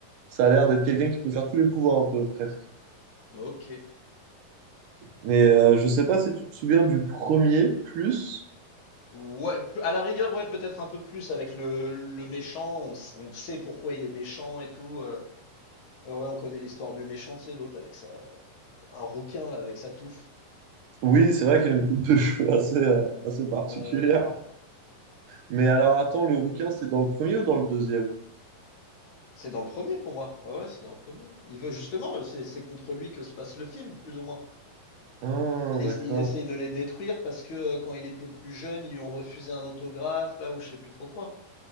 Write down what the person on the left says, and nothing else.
Ok.
Ouais, p- à la rigueur, ouais, peut-être un peu plus avec le, le méchant. On, s- on sait pourquoi il est méchant et tout. euh. Ouais, ouais, on connaît l'histoire du méchant, c'est l'autre avec sa un rouquin là avec sa touffe.
Juste,
euh,
C'est dans le premier pour moi. Ouais, ouais, c'est dans le premier. hein. Il veut justement, c'est c'est contre lui que se passe le film, plus ou moins.
Il,
essa- il essaye de les détruire parce que euh, quand il était plus jeune, ils lui ont refusé un autographe, là, ou je sais plus trop quoi,